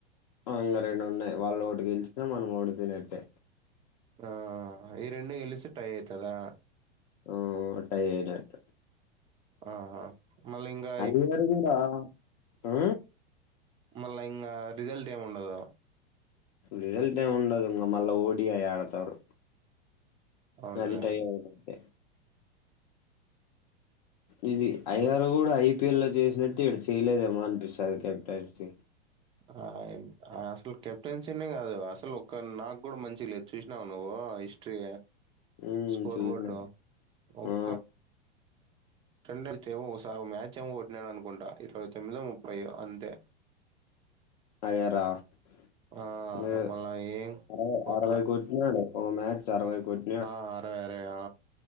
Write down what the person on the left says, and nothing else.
ఆ ఇక రెండు ఉన్నాయి వాళ్ళు ఒకటి గెలిచినా మనం ఓడిపోయినట్టే
ఆ టైఐనట్ట
అయ్యర్ కూడా ఆ
రిజల్ట్ ఏమి ఉండదు ఇంకా మళ్ళా ఓడిఐ ఆడతారు
అది టై తే ఇది అయ్యర్ కూడా ఐపిఎల్ లో చేసినట్టు ఈడ చేయలేదేమో అనిపిస్తుంది కెప్టెన్ కి
ఉమ్
చూసిన
ఆ
అయ్యారా అ
ఆరవై
అరవై కో ఓ మ్యాచ్ అర వై కోట్